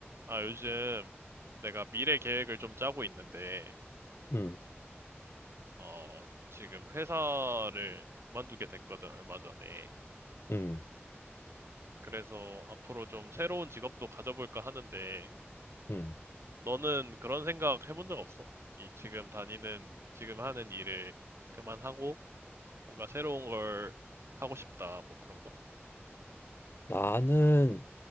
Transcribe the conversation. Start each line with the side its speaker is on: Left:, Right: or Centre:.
Right: 아, 요즘 내가 미래 계획을 좀 짜고 있는데,
Left: 음,
Right: 어, 지금 회사를 그만두게 됐거든, 얼마 전에.
Left: 음,
Right: 그래서 앞으로 좀 새로운 직업도 가져볼까 하는데,
Left: 음.
Right: 너는 그런 생각 해본 적 없어? 이 지금 다니는, 지금 하는 일을 그만하고, 뭔가 새로운 걸 하고 싶다, 뭐 그런 거?
Left: 나는